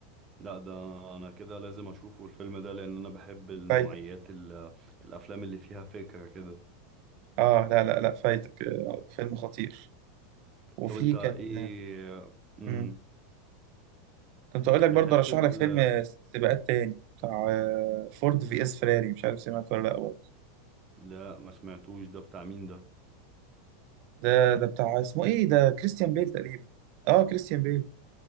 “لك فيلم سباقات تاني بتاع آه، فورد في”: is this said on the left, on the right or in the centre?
Right